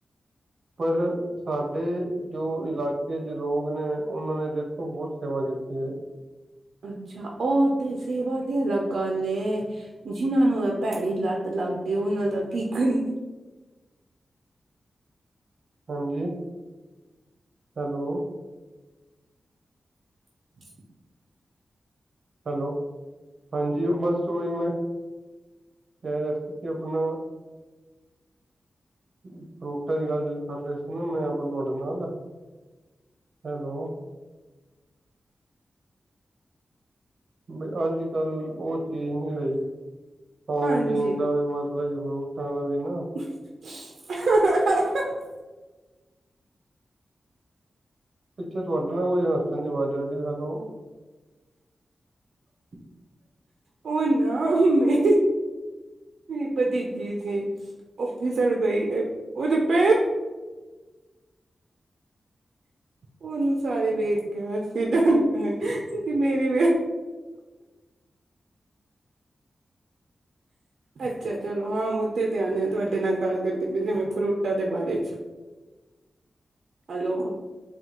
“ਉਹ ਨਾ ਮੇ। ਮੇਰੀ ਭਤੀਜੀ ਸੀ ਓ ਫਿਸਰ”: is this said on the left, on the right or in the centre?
Right